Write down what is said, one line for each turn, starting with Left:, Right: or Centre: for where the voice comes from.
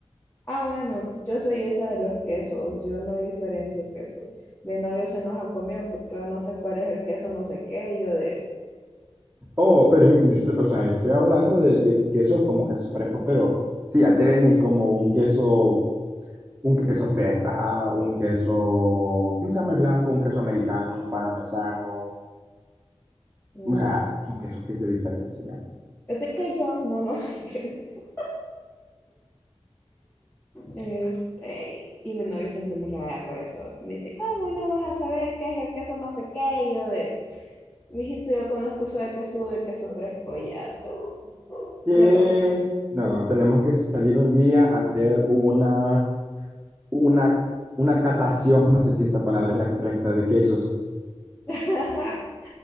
Left: Ah, bueno, yo soy esa de los quesos, yo no diferencio quesos. Mi novio se enoja conmigo porque yo no sé cuál es el queso, no sé qué, y yo de...
Right: Oh, pero, es- yo estoy- o sea, yo estoy hablando de, de quesos como quesos frescos, pero sí, ya te venís como un queso. un queso feta, un queso, ¿cómo se llama el blanco? Un queso americano, un parmesano,
Left: "Ujú".
Right: o sea, son quesos que se diferencian.
Left: Es que yo no nos <laughs> diferencio. Este, y mi novio siempre me raya por eso. Me dice, ¿cómo no vas a saber qué es el queso no sé qué? Y yo de, mijito, yo conozco solo el queso duro, el queso fresco y ya, o sea,
Right: Que
Left: mierda.
Right: no, tenemos que salir un día a hacer una, una, una catación, no sé si esa palabra es la correcta, de quesos.
Left: <laughs>